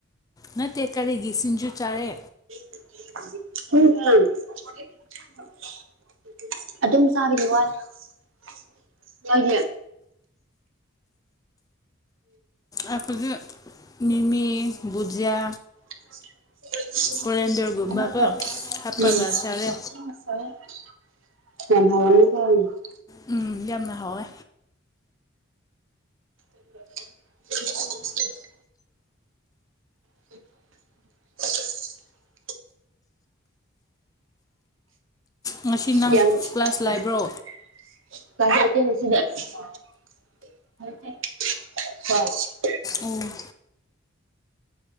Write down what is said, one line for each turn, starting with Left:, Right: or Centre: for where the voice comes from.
Left: ꯅꯠꯇꯦ ꯀꯔꯤꯒꯤ ꯁꯤꯡꯖꯨ ꯆꯥꯔꯦ
Right: <unintelligible> ꯑꯗꯨꯝ ꯆꯥꯕꯗꯤ ꯋꯥꯅꯤꯗꯤ
Left: ꯑꯩꯈꯗꯤ ꯃꯤꯃꯤ ꯕꯨꯖꯤꯌꯥ
Right: <unintelligible>
Left: ꯀꯣꯂꯦꯟꯗꯔꯒꯨꯝꯕ ꯀꯣ
Right: ꯌꯥꯝ
Left: ꯍꯥꯞꯄꯒ ꯆꯥꯔꯦ
Right: <unintelligible>
Left: ꯎꯝ ꯌꯥꯝꯅ ꯍꯥꯎꯋꯦ
Right: <inaudible> <unintelligible>
Left: ꯉꯁꯤ ꯅꯪ
Right: ꯌꯥꯝ <unintelligible>
Left: ꯀ꯭ꯂꯥꯁ ꯂꯩꯕ꯭ꯔꯣ ꯎꯝ